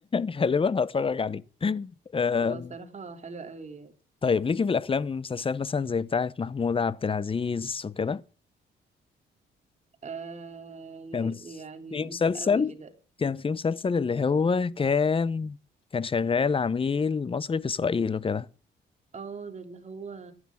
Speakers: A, on the left (about 25°); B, on the right (about 35°).
A: <laughs> غالبا هتفرج عليه آه
B: هو الصراحة حلو قوي
A: طيب ليكي في الافلام والمسلسلات مثلا زي بتاعه محمود عبد العزيز وكده
B: آه
A: كان
B: يعني
A: في
B: مش
A: مسلسل
B: قوي كده
A: كان في مسلسل اللي هو كان كان شغال عميل مصري في اسرائيل وكده
B: اه ده اللي هو